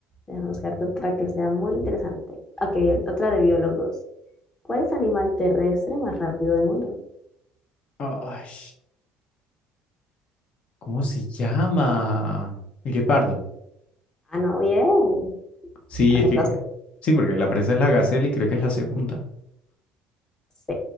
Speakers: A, on the left; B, on the left.
A: Déjame buscarte otra que sea muy interesante. Ok, otra de biólogos. ¿Cuál es el animal terrestre más rápido del mundo?
B: Ay, ¿cómo se llama? El guepardo.
A: Ah, no, bien.
B: Sí,
A: Acertaste.
B: es que... Sí, porque la presa es la gacela y creo que es la segunda.
A: Sí.